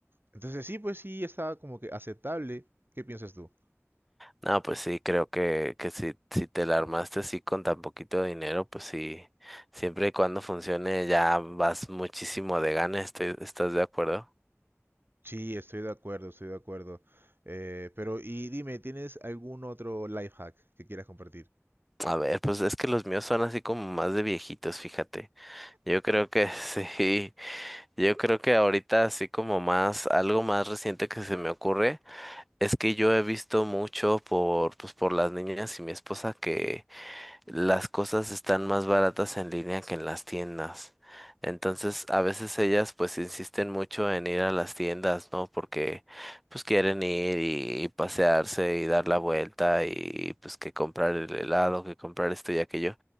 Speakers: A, on the right; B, in the centre.
A: Entonces sí, pues sí, está como que aceptable. ¿Qué piensas tú?
B: No, pues sí, creo que, que si, si te la armaste así con tan poquito dinero, pues sí, siempre y cuando funcione ya vas muchísimo de gana, estoy- ¿estás de acuerdo?
A: Sí, estoy de acuerdo, estoy de acuerdo. Eh, pero y dime, ¿tienes algún otro life hack que quieras compartir?
B: A ver, pues es que los míos son así como más de viejitos, fíjate. Yo creo que <laughs> sí, yo creo que ahorita así como más, algo más reciente que se me ocurre. Es que yo he visto mucho por, pues, por las niñas y mi esposa que, las cosas están más baratas en línea que en las tiendas. Entonces, a veces ellas pues insisten mucho en ir a las tiendas, ¿no? Porque pues quieren ir y, y pasearse y dar la vuelta y pues que comprar el helado, que comprar esto y aquello.